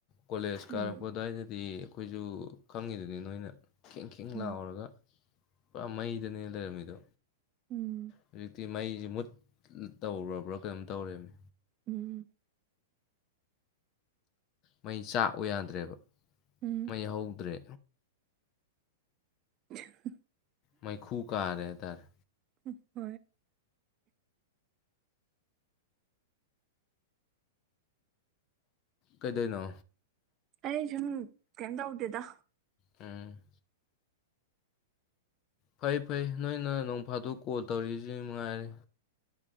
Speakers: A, on the left (about 35°); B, on the right (about 35°).
A: ꯀꯣꯂꯦꯖ
B: ꯎꯝ
A: ꯀꯥꯔꯛꯄ ꯑꯗ꯭ꯋꯥꯏꯗꯗꯤ ꯑꯩꯈꯣꯏꯖꯨ ꯈꯪꯉꯤꯗꯨꯗꯤ ꯅꯣꯏꯅ ꯈꯤꯡ ꯈꯤꯡ
B: ꯎꯝ
A: ꯂꯥꯎꯔꯒ ꯄ ꯃꯩꯗꯅꯦ ꯂꯩꯔꯝꯃꯤꯗꯣ
B: ꯎꯝ
A: ꯍꯧꯖꯤꯛꯇꯤ ꯃꯩꯁꯤ ꯃꯨꯠ ꯇꯧꯔꯕ꯭ꯔ ꯀꯩꯅꯣꯝ ꯇꯧꯔꯦꯃꯤ
B: ꯎꯝ
A: ꯃꯩ ꯆꯥꯛꯎ ꯌꯥꯗ꯭ꯔꯦꯕ
B: ꯎꯝ
A: ꯃꯩ ꯍꯧꯗ꯭ꯔꯦ
B: <inaudible>
A: ꯃꯩꯈꯨ ꯀꯥꯔꯦ ꯍꯥꯏꯇꯥꯔꯦ
B: ꯎ ꯍꯣꯏ
A: ꯀꯩꯗꯩꯅꯣ
B: ꯑꯩ ꯁꯨꯝ ꯀꯩꯝ ꯇꯧꯗꯦꯗ
A: ꯎꯝ ꯐꯩ ꯐꯩ ꯅꯣꯏꯅ ꯅꯣꯡꯐꯥꯇꯣꯛ ꯀꯣꯜ ꯇꯧꯔꯤꯛꯏꯁꯤ ꯃꯉꯥꯏꯔꯦ